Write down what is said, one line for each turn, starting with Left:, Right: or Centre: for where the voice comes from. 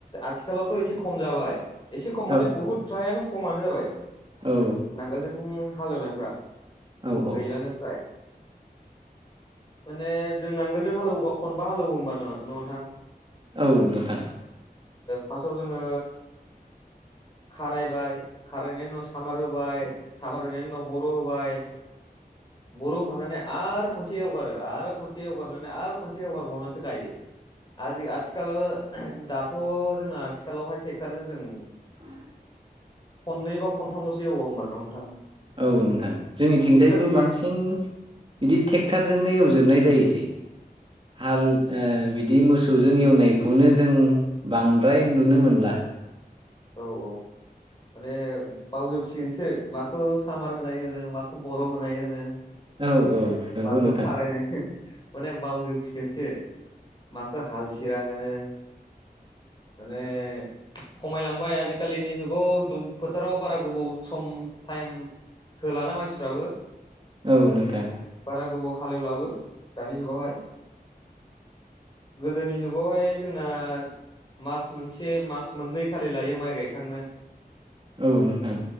Left: आथिखालावथ' एसे खम जाबाय एसे खम
Right: औ
Left: माने बुहुद फ्रायानो खमानो जाबाय
Right: औ
Left: नांगोलजों हालेवनायफ्रा
Right: औ औ
Left: गैलानो फ्राय माने जों नांगोलजों हालेवोबा खनबा हालेवो होमबा नङा नोंथां
Right: औ नोंथां
Left: फासआव जोङो
Right: <inaudible>
Left: खारायबाय खारायनायनि उनाव सामार होबाय सामार होनायनि उनाव बर' होबाय बर'होखांनानै आरो खनसे एवगारो आरो खनसे एवगारनानै आरो खनसे एवगारबावनानैसो गायो आजि आथिखालाव दाथ' जोंना आथिखालावहाय ट्रेक्ट'रजों जों
Right: <inaudible>
Left: खननै बा खनथामसो एवा होमबा नङा नोंथां
Right: औ नोंथां जोंनिथिंजायबो
Left: ट्रेक्टर गिदिर
Right: बांसिन बिदि ट्रेक्ट'र जोंनो एवोबनाय जायो सै हाल ओ बिदि मोसौ जों एवनाय बेखौनो जों बांद्राय नुनो मोनला
Left: ओ औ औ माने बावजोबसिगोनसो माखौ सामार होनाय होनो माखौ बर' होनाय होनो
Right: औ औ नंगौ
Left: माखौ
Right: नोंथां
Left: खारायनाय माने बावजोब सिगोन सो माखौ हाल सिरा होनो माने खमायलांबाय आजिखालिनि जुगाव दुब फोथाराव बारा गोबाव सम टाइम होलाना मानसिफ्राबो
Right: औ नोंथां
Left: बारा गोबाव हालेवलाबो दानि जुगावहाय गोदोनि जुगावहाय जोंना मास मोनसे मास मोननै खालि लायो माइ गायखांनो
Right: औ नोंथां